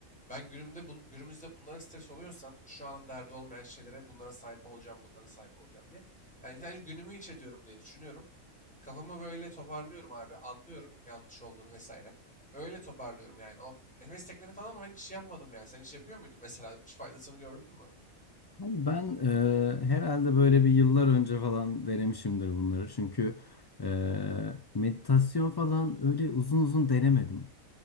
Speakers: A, in the centre; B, on the left.
A: Ben günümde bun, günümüzde bunlara stres oluyorsam şu an derdi olmayan şeylere bunlara sahip olacağım, bunlara sahip olacağım diye. Yani sadece günümü iç ediyorum diye düşünüyorum. Kafamı böyle toparlıyorum abi. Anlıyorum yanlış olduğunu vesaire. Öyle toparlıyorum yani. O nefes tekniğini falan ama ben hiç yapmadım yani. Sen hiç yapıyor muydun mesela? Hiç faydasını gördün mü?
B: Abi Ben e, herhalde böyle bir yıllar önce falan denemişimdir bunları. Çünkü e, meditasyon falan öyle uzun uzun denemedim.